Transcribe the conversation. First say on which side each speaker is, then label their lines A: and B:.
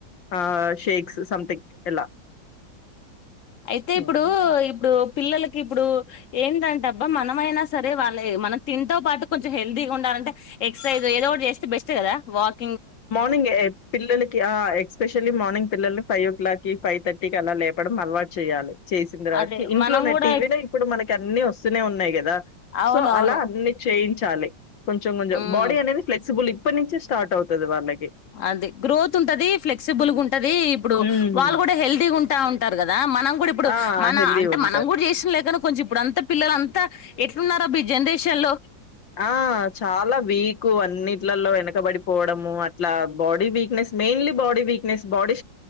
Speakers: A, on the left; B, on the left.
A: ఆ షేక్స్ సంథింగ్ ఇలా
B: అయితే
A: హ్మ్.
B: ఇప్పుడు ఇప్పుడు పిల్లలకి ఇప్పుడు ఏంటంటే అబ్బ మనమైనా సరే వాళ్ళ మనం తింతో పాటు కొంచెం హెల్తీగ ఉండాలి అంటే ఎక్సర్సైజ్ ఏదో చేస్తే బెస్ట్ కదా వాక్
A: మార్నింగ్ ఏ పిల్లలకి ఎక్స్పెషల్లీ మార్నింగ్ పిల్లలు five o'clock five thirty కి అలా లేపడం అలవాటు చేయాలి చేసిన తర్వాతకి
B: అదే
A: ఇంట్లోనే
B: మనం కూడా
A: టీవీనే ఇప్పుడు మనకి అన్ని వస్తూనే ఉన్నాయి కదా
B: అవును
A: సో
B: అవును
A: అలా అన్ని చేయించాలి కొంచెం కొంచెం
B: ఉమ్
A: బాడీ అనేది ఫ్లెక్సిబుల్ ఇప్పటి నుంచే స్టార్ట్ అవుతది వాళ్ళకి
B: అదే గ్రోత్ ఉంటది ఫ్లెక్సిబుల్గా ఉంటది ఇప్పుడు
A: హ్మ్.
B: వాళ్ళు కూడా హెల్దీ ఉంటా ఉంటారు కదా మనం కూడా ఇప్పుడు
A: ఆ!
B: మన
A: హెల్తీ‌గుంటారు.
B: అంటే మనం కూడా చేసిన లేక కొంచెం ఇప్పుడుంత పిల్లలు అంతా ఎట్లున్నారో జనరేషన్ షన్లో
A: ఆ చాలా వీకు అన్నిట్లలలో వెనకబడిపోవడము అట్లా body weakness mainly body weakness body